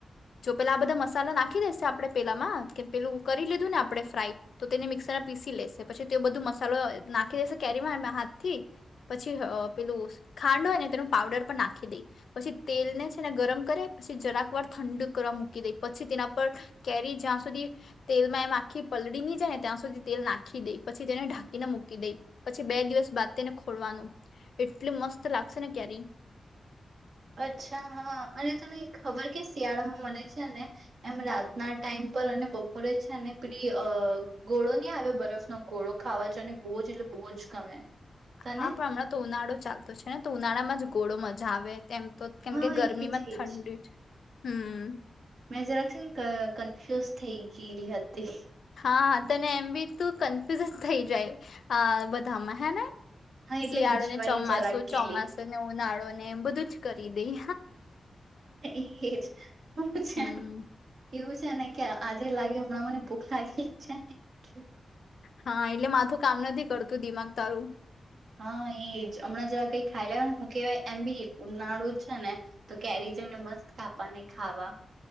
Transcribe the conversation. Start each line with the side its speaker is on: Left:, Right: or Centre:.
Left: જો પેલા આ બધા મસાલા નાખી દેશે આપણે પેલામાં કે પેલું કરી લીધું ને આપણે ફ્રાય તો તેને મિક્સરમાં પીસી લેશે પછી તેઓ બધું મસાલો નાખી દેશે કેરીમાં એ હાથ થી, પછી પેલું ખાંડ હોય ને તેનું પાવડર પણ નાખી દેઈ પછી તેલ ને છે તેને ગરમ કરે, પછી જરાક વાર ઠંડુ કરવા મૂકી દે પછી તેના પર કેરી જ્યાં સુધી તેલમાં એમ આખી પલળી ની જાય ને ત્યાં સુધી તેલ નાખી દે, પછી તેને ઢાંકીને મૂકી દઈ, પછી બે દિવસ બાદ તેને ખોલવાનું એટલ મસ્ત લાગશે ને કેરી.
Right: અચ્છા હા અને તને ખબર કે શિયાળામાં મને છે ને એમ રાતના ટાઈમ પર અને બપોરે છે ને પેલી અ ગોડો ની આવે બરફનો ગોડો ખાવા જોને બોજ એટલે બોજ ગમે. તને
Left: હા પણ હમણાં તો ઉનાળો ચાલતો છે ને તો ઉનાળામાં જ કોડો મજા આવે, તેમ તો કેમ
Right: હા
Left: કે ગરમીમાં
Right: એ
Left: જ ઠંડી
Right: એ
Left: છે. હમ્મ.
Right: મેં જરાક છે ને ક અ કન્ફ્યુઝ થઈ ગેલી હતી.
Left: હા તને એમ બી તું કન્ફ્યુઝ જ થઇ જાય આ બધામાં હે ને?
Right: હા એટલે
Left: શિયાળો
Right: ગુજવાઈ
Left: ને ચોમાસું,
Right: જરાક
Left: ચોમાસું
Right: ગયેલી
Left: ને ઉનાળો ને એમ બધું જ કરી દેઈ.
Right: એહેજ પળ
Left: હમ
Right: છે ન એવું છે ને કે આજે લાગે હમણાં મને ભૂખ લાગી જ છે ને એટલે
Left: હા એટલે માથું કામ નથી કરતું દિમાગ તારું.
Right: હા એ જ હમણાં જરા કઈ ખાઈ લેયને હું કહેવાય એમ બી ઉનાળું છે ને તો કેરીજને મસ્ત કાપા ને ખાવા.